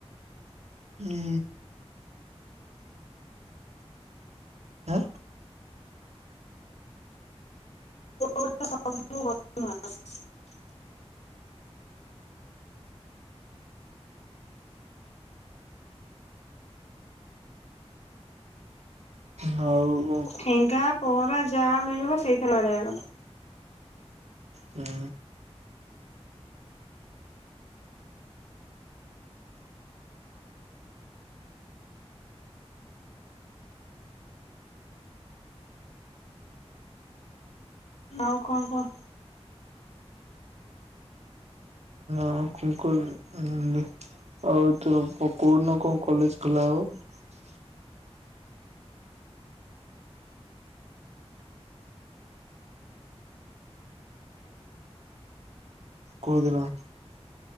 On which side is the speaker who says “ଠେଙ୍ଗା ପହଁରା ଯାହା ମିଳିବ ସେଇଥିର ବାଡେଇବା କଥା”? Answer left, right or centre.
Left